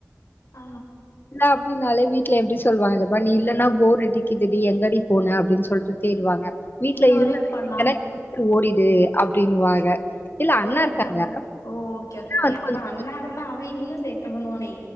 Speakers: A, on the left; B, on the left.
A: ஆ
B: ன்னா அப்டின்னாலே வீட்ல எப்டி சொல்வாங்க இதப் பார் நீ இல்லனா போர் அடிக்குது டி எங்கடி போன அப்டின் சொல்ட்டு தேடுவாங்க வீட்ல
A: நீங்க
B: இருந்தா
A: ஒரே பொண்ணா?
B: எனக்கு ஓடிடு அப்டின்னுவாங்க இல்ல அண்ணா
A: ஒரே
B: இருக்காங்க
A: பொண் ஓ ஓகே ஓகே
B: வந்து
A: அப்ப
B: கொஞ்சோ
A: அண்ணா இருந்தா அவன் இன்னு சேட்ட பண்ணுவானே